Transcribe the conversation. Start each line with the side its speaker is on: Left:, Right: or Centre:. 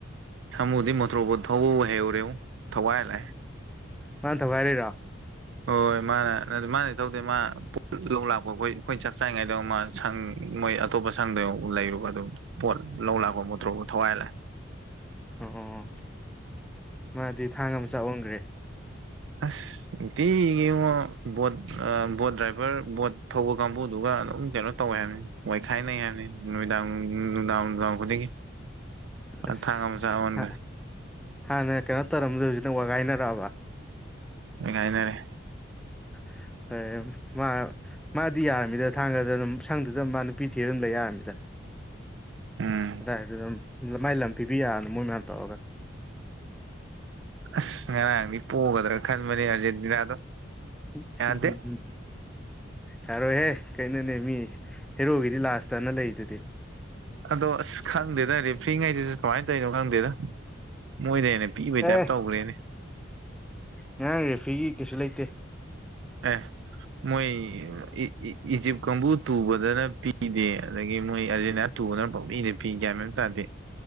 Right: ꯁꯃꯨꯗꯤ ꯃꯣꯇ꯭ꯔꯣꯕꯣꯠ ꯊꯧꯕꯕꯨ ꯍꯩꯍꯧꯔꯦ ꯉꯣ ꯊꯧꯒꯥꯏ ꯔ ꯂꯥꯛꯑꯦ
Centre: ꯃꯥꯥꯟ ꯊꯧꯒꯥꯏꯔꯤꯔꯣ
Right: ꯍꯣꯏ ꯃꯥꯅ ꯑꯗꯨ ꯃꯥꯗꯤ ꯊꯧꯗꯦ ꯃꯥꯅ ꯂꯧ ꯂꯥꯛꯄ ꯑꯩꯈꯣꯏ ꯑꯩꯈꯣꯏꯅ ꯆꯥꯛ ꯆꯥꯔꯤꯉꯥꯏꯗ ꯑꯣꯏꯔ ꯃꯥꯜꯂꯦ ꯁꯪ ꯃꯣꯏ ꯑꯇꯣꯞꯄ ꯁꯪꯗꯦ ꯂꯩꯔꯨꯕ ꯑꯗꯨꯝ ꯄꯣꯠ ꯂꯧ ꯂꯥꯛꯄ ꯃꯣꯠꯇ꯭ꯔꯣꯕꯣꯠ ꯊꯧꯒꯥꯏꯔ ꯂꯥꯛꯑꯦ
Centre: ꯑꯣ ꯑꯣ ꯑꯣ ꯃꯥꯗꯤ ꯊꯥꯡ ꯑꯝ ꯆꯥꯛꯍꯟꯈ꯭ꯔꯦ
Right: ꯑꯁ ꯅꯨꯡꯇꯤꯒꯤꯅꯤꯉꯣ ꯕꯣꯠ ꯑ ꯕꯣꯠ ꯗ꯭ꯔꯥꯏꯚꯔ ꯕꯣꯠ ꯊꯧꯕ ꯀꯥꯡꯕꯨꯗꯨꯒ ꯑꯗꯨꯝ ꯀꯩꯅꯣ ꯇꯧꯋꯦ ꯍꯥꯏꯕꯅꯤ ꯋꯥꯏꯈꯥꯏꯅꯩ ꯍꯥꯏꯕꯅꯤ ꯅꯨꯃꯤꯗꯥꯡ ꯅꯨꯡꯗꯥꯡ ꯅꯨꯡꯗꯥꯡ ꯈꯨꯗꯤꯡꯒꯤ
Centre: ꯑꯁ
Right: ꯑ ꯊꯥꯡꯒ ꯃꯆꯥ ꯑꯣꯟꯒ꯭ꯔꯦ
Centre: ꯍꯥꯟꯅ ꯀꯩꯅꯣ ꯇꯧꯔꯝꯕꯗꯣ ꯍꯧꯖꯤꯅ ꯋꯥꯒꯥꯏꯅꯔꯛꯑꯕ
Right: ꯋꯥꯢꯒꯥꯢꯅꯔꯦ
Centre: <inaudible> ꯃꯥꯗꯤ ꯌꯥꯔꯅꯤꯗ ꯊꯥꯡꯒꯗ ꯑꯗꯨꯝ ꯁꯪꯗꯨꯗ ꯃꯥ ꯅꯨꯄꯤ ꯊꯤꯔ ꯑꯗꯨꯝ ꯂꯩ ꯌꯥꯔꯅꯤꯗ
Right: ꯎꯝ
Centre: ꯑꯗꯥꯢꯗꯨꯗ ꯑꯗꯨꯝ ꯃꯥꯏ ꯂꯝ ꯄꯤꯕꯤ ꯌꯥꯔꯕꯅꯦ ꯃꯣꯏ ꯃꯌꯥꯝ ꯇꯧꯔꯒ
Right: ꯑꯁ ꯉꯔꯥꯡꯗꯤ ꯄꯣꯒꯗ꯭ꯔꯥ ꯈꯟꯕꯅꯦ ꯑꯥꯔꯖꯦꯟꯇꯤꯅꯥꯗꯣ
Centre: <inaudible>
Right: ꯌꯥꯗꯦ
Centre: ꯍꯝ ꯍꯝ ꯌꯥꯔꯣꯏꯍꯦ ꯀꯩꯅꯣꯅꯦ ꯃꯤ ꯍꯦꯔꯣꯒꯤꯗꯤ ꯂꯥꯁꯇꯅ ꯂꯩꯗꯨꯗꯤ
Right: ꯑꯗꯣ ꯑꯁ ꯈꯪꯗꯦꯗ ꯔꯦꯐ꯭ꯔꯤꯉꯩꯗꯨꯁꯨ ꯀꯃꯥꯏꯅ ꯇꯧꯔꯤꯅꯣ ꯈꯪꯗꯦꯗ ꯃꯣꯏꯅ ꯍꯦꯟꯅ ꯄꯤꯕꯩ ꯇꯥꯏꯞ
Centre: ꯑꯦ
Right: ꯇꯧꯒ꯭ꯔꯦꯅꯦ
Centre: ꯉꯔꯥꯡ ꯔꯦꯐ꯭ꯔꯤꯒꯤ ꯀꯩꯁꯨ ꯂꯩꯇꯦ
Right: ꯑꯦ ꯃꯣꯏ ꯏ ꯏ ꯏꯖꯤꯞ ꯀꯥꯡꯕꯨ ꯇꯨꯕꯗꯅ ꯄꯤ ꯄꯤꯗꯦ ꯑꯗꯒꯤ ꯃꯣꯏ ꯑꯔꯖꯦꯟ ꯇꯨꯕꯗꯅ ꯄꯪꯄꯤꯗ ꯄꯤ ꯄꯤ ꯒ꯭ꯌꯥꯟ ꯃꯦꯟ ꯇꯥꯗꯦ